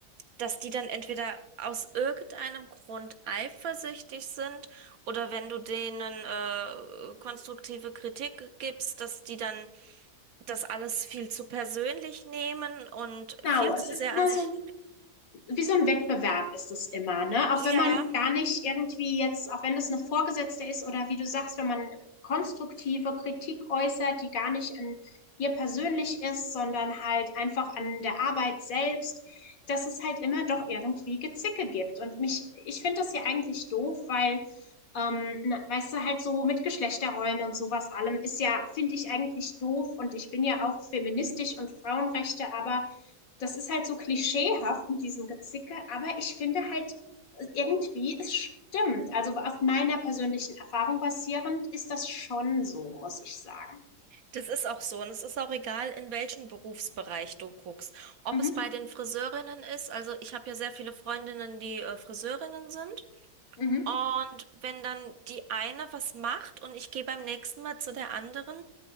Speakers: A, on the right; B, on the left.
A: dass die dann entweder aus irgendeinem Grund eifersüchtig sind oder wenn du denen äh, konstruktive Kritik gibst, dass die dann das alles viel zu persönlich nehmen und
B: genau.
A: viel
B: Es
A: zu
B: ist
A: sehr
B: immer
A: an sich.
B: so wie so ein Wettbewerb ist es immer, ne?
A: Ja,
B: Auch wenn man gar nicht irgendwie jetzt, auch wenn das eine Vorgesetzte ist oder wie du sagst, wenn man konstruktive Kritik äußert, die gar nicht an ihr persönlich ist, sondern halt einfach an der Arbeit selbst, dass es halt immer doch irgendwie Gezicke gibt. Und mich, ich finde das ja eigentlich doof, weil, ähm, na, weißt du, halt so mit Geschlechterrollen und sowas allem ist ja, finde ich eigentlich doof und ich bin ja auch feministisch und Frauenrechte, aber das ist halt so klischeehaft mit diesem Gezicke, aber ich finde halt äh, irgendwie, es stimmt. Also auf meiner persönlichen Erfahrung basierend ist das schon so, muss ich sagen.
A: das ist auch so. Und es ist auch egal, in welchen Berufsbereich du guckst. Ob
B: Mhm.
A: es bei den Friseurinnen ist, also ich habe ja sehr viele Freundinnen, die äh, Friseurinnen sind.
B: Mhm.
A: Und wenn dann die eine was macht und ich gehe beim nächsten Mal zu der anderen